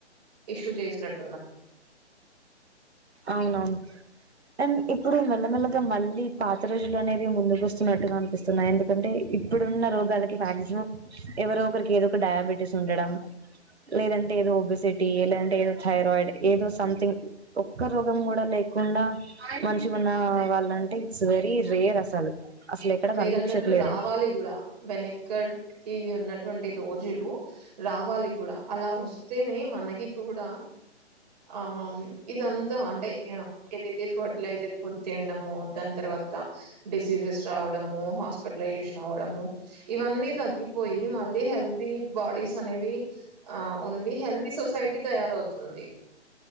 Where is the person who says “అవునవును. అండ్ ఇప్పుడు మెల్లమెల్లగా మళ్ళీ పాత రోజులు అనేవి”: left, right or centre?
Right